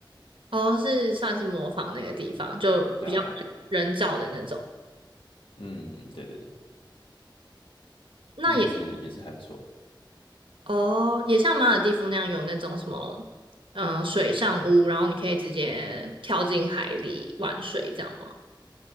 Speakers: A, on the right; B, on the left.
A: 哦，是算是模仿那个地方，就比较人造的那种。
B: 对啊，对啊，嗯，对对对，
A: 那也。
B: 但也是也是还不错。
A: 哦，也像马尔地夫那样有那种什么，嗯、水上屋，然后你可以直接跳进海里玩水，这样吗？